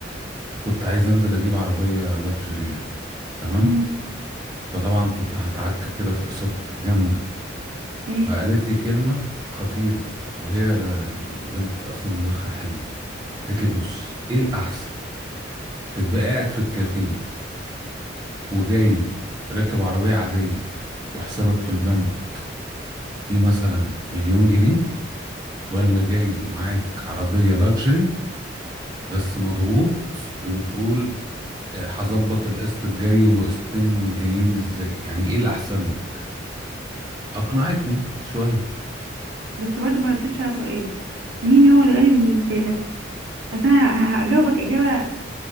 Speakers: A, on the right; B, on the right.
A: وكنت عايز انزل اجيب عربيه لاكجري يعني تمام
B: امم
A: فطبعا كنت هتعك كده في اقساط جامده
B: ماشي
A: فقالت لي كلمه خطيره وهي البنت اصلا دماغها حلوه قالت لي بص ايه الاحسن تبقى قاعد في الكافيه وجاي راكب عربيه عاديه وحسابك في البنك فيه مثلا مليون جنيه ولا جاي معاك عربيه لاكجري بس مضغوط وبتقول هظبط القسط الجاي وقسطين جايين ازاي يعني ايه الاحسن لك أقنعتني شوية
B: بس برضه ما ردتش على سؤالي مين هو الغني بالنسبه لك اصل انا ه- هجاوبك اجابه